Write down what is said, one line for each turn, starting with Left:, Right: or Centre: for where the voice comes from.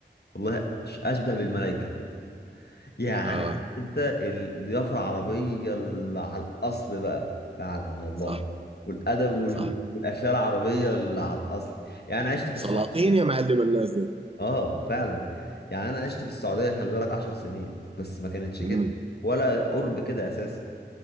Left: والله أش- اشبه بالملائكه يعني
Right: اه
Left: انت الضيافة العربية اللي على الأصل بقى فعلا والله
Right: صح
Left: والأدب وال-
Right: صح
Left: والأكلة العربية اللي على الأصل يعني أنا عشت في
Right: سلاطين
Left: السعودية
Right: يا معلم الناس دي
Left: آه فعلا يعني أنا عشت في السعودية خلي بالك عشر سنين بس ما كانتش
Right: امم
Left: كده ولا قرب كده أساسا